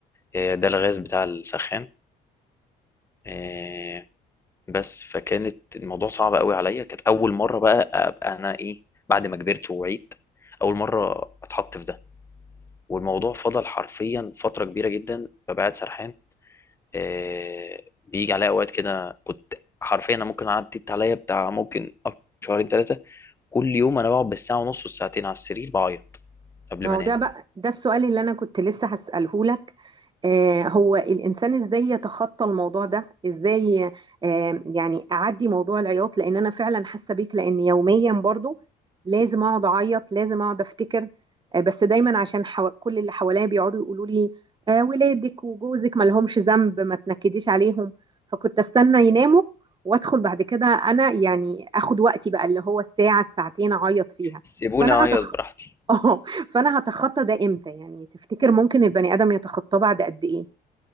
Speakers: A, on the left (about 15°); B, on the right (about 25°).
A: آه، ده الغاز بتاع السخان آه، بس فكانت الموضوع صعب قوي عليا كانت اول مره بقى ابقى انا ايه بعد ما كبرت ووعيت اول مره اتحط في ده والموضوع فضل حرفيا فتره كبيره جدا ببقى قاعد سرحان آه، بيجي عليا اوقات كده كنت حرفيا انا ممكن عدت عليا بتاع ممكن أكتر شهرين ثلاثه كل يوم انا بقعد بالساعه ونص والساعتين على السرير بعيط قبل
B: ما
A: ما
B: هو
A: انام
B: ده بقى ده السؤال اللي انا كنت لسه هسأله لك آه هو الانسان ازاي يتخطى الموضوع ده ازاي آه يعني اعدي موضوع العياط لان انا فعلا حاسه بيك لان يوميا برضو لازم اقعد اعيط لازم اقعد افتكر آه بس دايما عشان حو... كل اللي حواليا بيقعدوا يقولوا لي آه ولادك وجوزك ما لهمش ذنب ما تنكديش عليهم فكنت استنى يناموا وادخل بعد كده انا يعني اخد وقتي بقى اللي هو الساعه الساعتين اعيط فيها
A: سيبوني
B: فانا
A: اعيط
B: هتخ...
A: براحتي
B: <laughs> اه فانا هتخطى ده امتى يعني تفتكر ممكن البني ادم يتخطاه بعد قد ايه